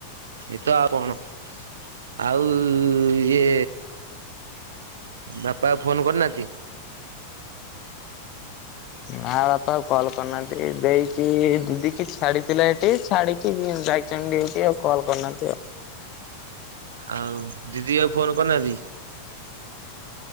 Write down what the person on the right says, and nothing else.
ଏଇତ ଆଉ କଣ। ଆଉ ଇଏ ବାପା ଫୋନ୍ କରିନାହାନ୍ତି।
ଆଉ ଦିଦି ଆଉ ଫୋନ୍ କରିନାହାନ୍ତି।